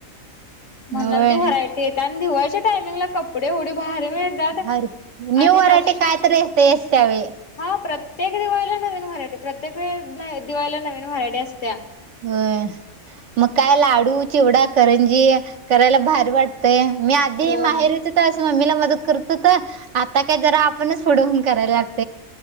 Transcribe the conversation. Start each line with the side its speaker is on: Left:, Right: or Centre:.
Right: होय
Left: म्हणल, ती व्हरायटी येत्या, आणि दिवाळच्या टायमिंगला कपडे एवढे भ <unintelligible>
Right: भारी न्यू
Left: आणि
Right: व्हरायटी
Left: नवीन
Right: काय तरी असतेच त्यावेळी
Left: हा प्रत्येक दिवाळीला नवीन व्हरायटी, प्रत्येक दिवाळीला नवीन व्हरायटी असत्या.
Right: व्हय. मग काय लाडू, चिवडा, करंजी करायला भारी वाटतयं. मी आधीही
Left: होय
Right: माहेरी होतो, तर असं मम्मीला मदत करत होतो. आता काय जरा आपणच पुढं हून करायला लागतयं.